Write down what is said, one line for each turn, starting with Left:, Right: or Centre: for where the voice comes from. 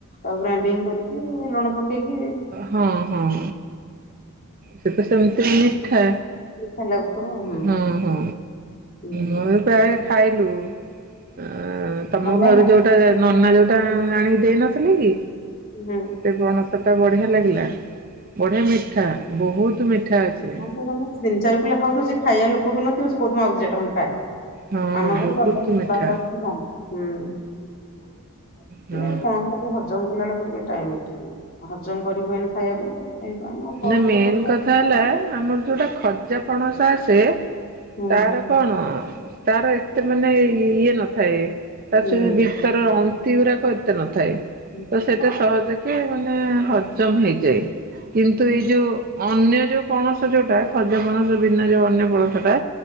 Left: ଆଉ ଗ୍ରାଇଣ୍ଡିଙ୍ଗ କରିକି ଏ ଲୁଣ ପକେଇକି
Right: ହଁ ହଁ। ସେ ତ ସେମିତିରେ ମିଠା,
Left: ମିଠା ଲାଗୁଥିବ ହୁଁ
Right: ହଁ ହଁ
Left: ହୁଁ।
Right: ମୋର ପ୍ରାୟ ଖାଇଲୁ ଅ ତମ
Left: ଭଲ ଲାଗିଲା
Right: ଘରୁ ଯୋଉ ଟା ନନା ଯୋଉଟା ଆଣିକି ଦେଇ ନଥିଲେ କି?
Left: ହୁଁ।
Right: ସେ ପଣସ ଟା ବଢିଆ ଲାଗିଲା, ବଢିଆ ମିଠା ବହୁତ ମିଠା ଅଛି।
Left: ତିି ଚାରି କିଲ ହଉ ପଛେ ଖାଇବା ଲୋକ ବି ନଥିବ, ସେ କଉଛି ମୁ ଆଉ ଦି ଚାରିଟା ଖଣ୍ଡେ ଖାଏ।
Right: ହଁ
Left: ଆମ ଘରେ
Right: ବହୁତ
Left: ବାବା
Right: ମିଠା।
Left: ବାବା ବେଶୀ ଖାଆନ୍ତି, ହୁଁ ସେ
Right: ହଁ
Left: ଖାନ୍ ତାକୁ ହଜମ କଲାବେଳକୁ ଟିକେ ଟାଇମ୍ ଟେକିଙ୍ଗ, ହଜମ କରିହୁଏନି ଖାଇବାକୁ। ଏଇପାଇଁ ଅଳ୍ପ ଅଳ୍ପ
Right: ନା ମେନ
Left: କେତେବେଳେ ଖାଏ
Right: କଥା ହେଲା, ଆମର ଯୋଉଟା ଖଜା ପଣସ ଆସେ
Left: ହୁଁ
Right: ତାର କଣ, ତାର ଏତେ ମାନେ ଇଏ ନଥାଏ, ତା
Left: ହୁଁ।
Right: ସେ ବି ତାର ଅନ୍ତି ଗୁରାକ, ଏତେ ନଥାଏ
Left: ହୁଁ
Right: ତ ସେଇଟା ସହଜ କି ମାନେ ହଜମ ହେଇଯାଏ, କିନ୍ତୁ ଏଇ ଯୋଉ ଅନ୍ୟ ଯୋଉ ପଣସ ଯୋଉଟା ଖଜା ପଣସ ବିନା ଯୋଉ ଅନ୍ୟ ପଣସ ଟା